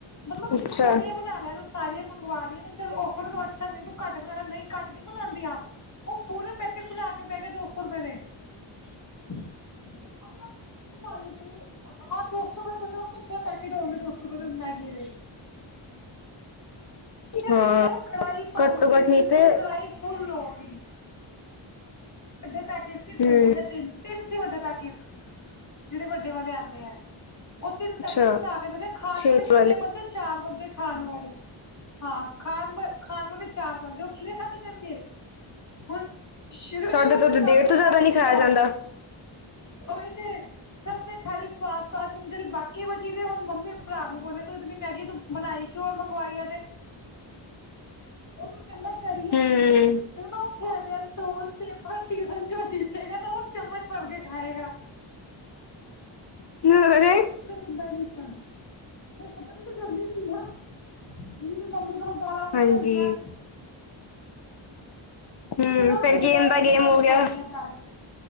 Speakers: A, on the left (about 35°); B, on the left (about 50°).
A: ਮਤਲਬ
B: ਅੱਛਾ
A: ਥੋੜੀਆਂ ਲੈ ਤੂੰ ਸਾਰੀਆਂ ਮੰਗਵਾ ਲਈਆਂ ਚਲ ੳਫਰ ਨੂੰ ਅੱਛਾ ਨਹੀਂ ਤੁ ਘਟ ਬਨਾ ਲੈ ਨਹੀਂ ਘੱਟ ਨੀ ਬਣਾਦੀਆਂ। ਉਹ ਪੂਰੇ ਪੈਕੇਟ ਬਣਾ ਕੇ ਬੈ ਗਿਆ ਦੋ ਸੌ ਦੀ <unintelligible> <unintelligible> ਹਾਂ ਦੋ ਸੌ ਰੁਪਏ ਕਿਨੇ ਪੈਕੇਟ ਹੋਣ ਗੇ ਦੋ ਸੌ ਰੁਪਏ ਮੈਗੀ ਦੇ ਬਸ
B: ਹਾਂ
A: ਇਹੀ ਏ ਕੜਾਹੀ ਭਰ
B: ਘੱਟੋ
A: ਗਈ
B: ਘੱਟ
A: ਬਿਲਕੁਲ
B: ਨਹੀਂ ਤੇ
A: ਕੜਾਹੀ ਫੁੱਲ ਹੋ ਗਈ। ਵੱਡੇ ਪੈਕੇਟ ਸੀ ਦੋ
B: ਹਮ
A: ਯਾ ਤਿੰਨ-ਤਿੰਨ ਸੀ ਵੱਡੇ ਪੈਕੇਟ ਜਿਹੜੇ ਵੱਡੇ ਵਾਲੇ ਆਂਦੇ ਹੈ ਉਹ ਤਿੰਨ ਪੈਕੇਟ
B: ਅੱਛਾ
A: ਬਣਾ ਕੇ ਮੈਂ ਖਾਣ
B: ਛੇ
A: ਵਾਲੇ
B: ਚ
A: ਕਿੰਨੇ ਬੰਦੇ ਚਾਰ ਬੰਦੇ ਖਾਣ ਵਾਲੇ ਹਾਂ ਖਾਣ ਖਾਣ ਵਾਲੇ ਚਾਰ ਬੰਦੇ ਉਹ ਕਿਵੇਂ ਖਾਧੇ ਜਾਣਗੇ ਹੁਣ
B: ਸਾਡੇ
A: ਸ਼ੂ
B: ਤੋਂ ਤਾਂ
A: ਸਭਣੇ
B: ਡੇਢ ਤੋਂ ਜ਼ਿਆਦਾ
A: ਖਾਲੀ
B: ਨਹੀਂ ਖਾਇਆ
A: ਸਆਦ
B: ਜਾਂਦਾ।
A: ਉਹ ਤੇ ਸਭ ਨੇ ਖਾਲੀ ਸੌਆਦ ਹੁਣ ਜਿਹੜੇ ਬਾਕੀ ਬਚੀ ਦੇ ਹੁਣ ਮੰਮੀ ਭਰਾ ਨੂੰ ਬੋਲਿਆ ਤ ਇਹਨੀ ਮੈਗੀ ਤੂੰ ਬਣਾਈ ਕਿਉਂ ਮੰਗਵਾਈ ਏਦੇ <unintelligible> ਉਹਨੂੰ ਕਹਿੰਦਾ ਕਰੀਏ
B: ਹੂੰ।
A: ਕੀ ਉਹ ਖੇਲ ਰੇਹਾ ਸਟੋਨ ਤੇ ਪਰ ਸੀਜ਼ਨ ਜੋ ਜੀਤੇਗਾ ਨਾ ਉਹ ਚਮਚ ਭਰ ਕੇ ਖਾਏਗਾ
B: <unintelligible>
A: ਮੈਂ ਉਦਾ ਕਿਤਾ ਪਰ ਖਤਮ ਤਾਂ ਕਰਦੀ ਸੀ ਨਾ ਨੀ ਤੇ ਮੰਮੀ ਕੋਲੋਂ ਗਾਲਾ ਓਹਨੂੰ
B: ਹਾਂਜੀ
A: ਪੈਂਦੀਆਂ
B: ਹੂੰ
A: ਚਲੋ
B: ਫਿਰ
A: ਠੀਕ
B: ਗੇਮ
A: ਹੈ
B: ਦਾ ਗੇਮ
A: ਮੈਂ ਤੁਹਾਨੂੰ
B: ਹੋ ਗਿਆ
A: ਕਰਦੀ ਹ ਬਾਚ